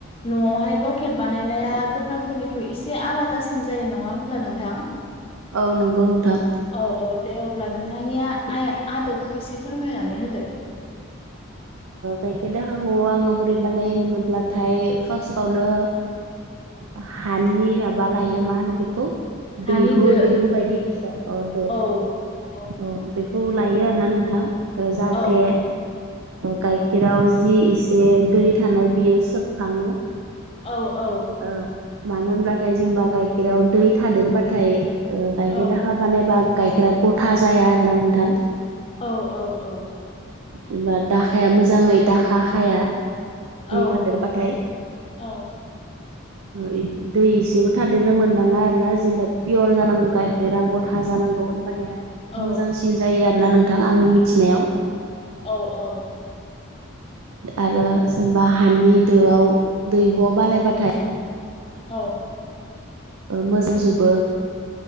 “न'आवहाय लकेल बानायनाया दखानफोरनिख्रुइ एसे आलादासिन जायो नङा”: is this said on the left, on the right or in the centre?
Left